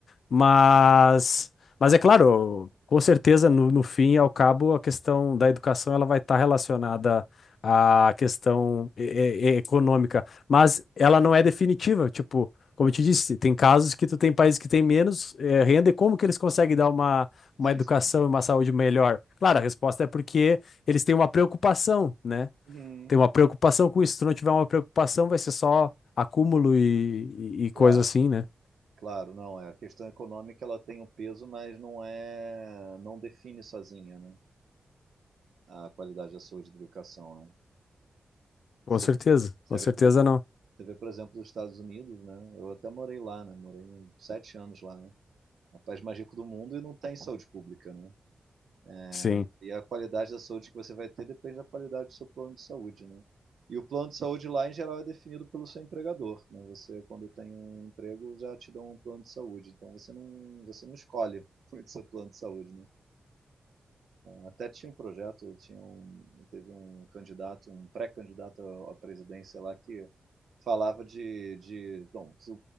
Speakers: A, on the left; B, on the right.
A: Mas, mas é claro, com certeza, no, no fim e ao cabo, a questão da educação ela vai estar relacionada à questão e- e- e- econômica, mas ela não é definitiva. Tipo, como eu te disse, tem casos que tu tem países que têm menos eh, renda e como que eles conseguem dar uma, uma
B: Sim,
A: educação
B: sim.
A: e uma saúde melhor? Claro, a resposta é porque eles têm uma preocupação, né?
B: Uhum.
A: Tem uma preocupação com isso. Se tu não tiver uma preocupação, vai ser só acúmulo e, e, e coisa
B: Claro,
A: assim, né?
B: claro, não é. A questão econômica ela tem um peso, mas não é, não define sozinha, né? A qualidade da saúde e da educação, né?
A: Com
B: Você
A: certeza,
B: vê, você
A: com
B: vê,
A: certeza
B: por exemplo,
A: não.
B: você vê, por exemplo, os Estados Unidos, né? Eu até morei lá, né? Morei sete anos lá, né? O país mais rico do mundo e não tem saúde pública, né? né?
A: Sim,
B: E a qualidade da saúde que você vai ter depende da qualidade do seu plano de saúde, né? E o plano de saúde lá, em geral, é definido pelo seu empregador, né? Você, quando tem um emprego, já te dão um plano de saúde. Então, você não, você não escolhe <laughs> muito seu plano de saúde, né? Até tinha um projeto, tinha um, teve um candidato, um pré-candidato à presidência lá que falava de, de bom, o,